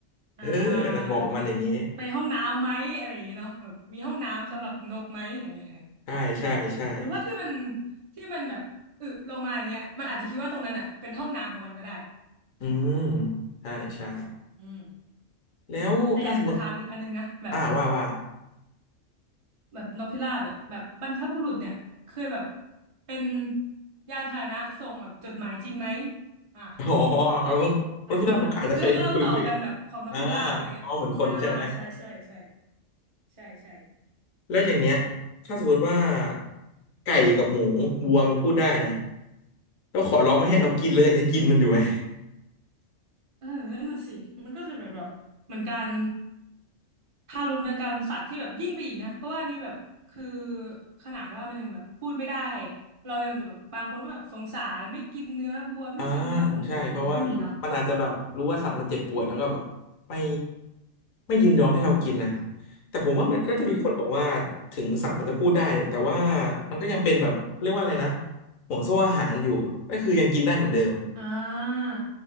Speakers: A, on the left; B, on the right.
A: เออแต่บอกกับมันอย่างนี้
B: อ่าแบบไปห้องน้ำไหมอะไรอย่างเงี้ยเนาะแบบมีห้องน้ำสำหรับนกไหมอย่างเงี้ยเออ
A: ใช่ใช่ใช่
B: หรือว่าที่มันที่มันแบบอึลงมาอย่างเงี้ยมันอาจจะคิดว่าตรงนั้นอ่ะเป็นห้องน้ำของมันก็ได้
A: อืมใช่ใช่
B: อืม
A: แล้วถ้าสมมติ
B: แต่อยากจะถามอีกอันนึงนะแบบ
A: อ่าว่าว่า
B: แบบนกพิราบเนี่ยแบบบรรพบุรุษเนี่ยเคยแบบเป็นยานพาหนะส่งแบบจดหมายจริงไหมอ่ะ
A: อ๋อรถพี่ราบมันก็อาจจะเคยคุยคุยคุยกัน
B: อาจจะเป็นแบบเรื่องเล่าต่อกันแบบของนกพิราบอะไรเงี้ยอ่าใช่ใช่ใช่
A: อ่าอ๋อเหมือนคนใช่ไหม
B: ใช่ใช่
A: แล้วอย่างเงี้ยถ้าสมมติว่าไก่กับหมูวัวมันพูดได้นะแล้วขอร้องไม่ให้เรากินแล้วยังจะกินมันอยู่ไหม
B: อืมเออนั่นน่ะสิมันก็จะแบบแบบเหมือนการทารุณกรรมสัตว์ที่แบบยิ่งไปอีกนะเพราะว่าอันนี่แบบคือขนาดว่ามันยังแบบพูดไม่ได้อะเรายังจะแบบบางคนก็แบบสงสารไม่กินเนื้อบัวไม่กินเนื้อหมูอะไรอย่างงี้ก็มีเนาะ
A: อ่าใช่เพราะว่ามันอาจจะแบบรู้ว่าสัตว์มันเจ็บปวดแล้วก็แบบไม่ไม่ยินยอมให้เรากินนะ
B: เออ
A: แต่ผมว่ามันก็จะมีคนบอกว่าถึงสัตว์มันจะพูดได้แต่ว่า
B: อ่า
A: มันก็ยังเป็นแบบเรียกว่าอะไรนะห่วงโซ่อาหารอยู่ก็คือยังกินได้เหมือนเดิม
B: อ่า